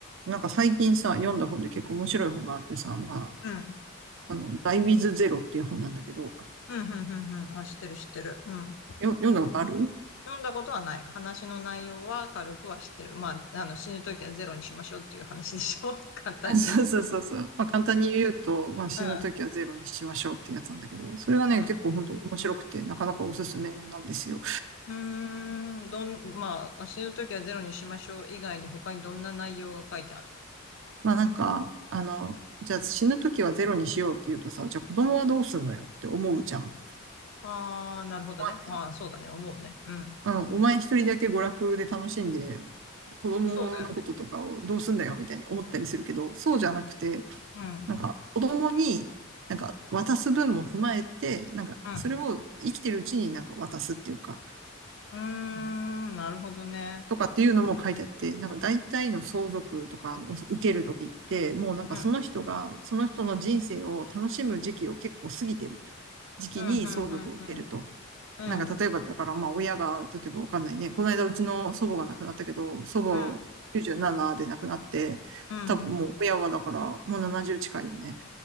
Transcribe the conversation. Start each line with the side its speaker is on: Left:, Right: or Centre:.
Right: なんか最近さ、読んだ本で結構面白い本があってさ、まあ、
Left: うん。
Right: あの、ダイウィズゼロっていう本なんだけど、
Left: うん、うん、うん、うん。あ、知ってる、知ってる。うん。
Right: よ読んだことある
Left: 読んだことはない。話の内容は軽くは知ってる。まあ、あの、死ぬときはゼロにしましょうっていう話でしょ <laughs> 簡単に言え
Right: <laughs> そうそうそうそう。まあ簡単に言うと、まあ死ぬときはゼロにしましょうってやつなんだけど、
Left: ば。
Right: それがね、
Left: うん。
Right: 結構本当面白くて、なかなかおすすめなんですよ。
Left: うん。うーん。どん、まあ、死ぬときはゼロにしましょう以外に他にどんな内容が書いてある
Right: まあなんか、あの、じゃあ死ぬときはゼロにしようって言うとさ、じゃあ子供はどうすんのよって思うじゃん。思
Left: のああー、なるほどね。
Right: わない
Left: ああ、そうだね。思うね。うん。
Right: うん、お前一人だけ娯楽で楽しんで、子供のこととかをどうすんだよみたいに思ったりするけど、
Left: そうだよね。
Right: そうじゃなくて、
Left: うん。
Right: なんか子供になんか渡す分も踏まえて、なんかそれを生きてるうちになんか渡すっていうか、
Left: うん。うーん。なるほどね。
Right: とかっていうのも書いてあって、なんか大体の相続とかを受けるときって、もうなんかその人が、
Left: うん。
Right: その人の人生を楽しむ時期を結構過ぎてる時期に相続を受けると。
Left: うん、うん、うん、うん。うん。
Right: なんか例えばだからまあ親が、例えばわかんないね、この間うちの祖母が亡くなったけど、祖母97で亡くなって、
Left: うん。うん。
Right: 多分もう親はだからもう70近いよね。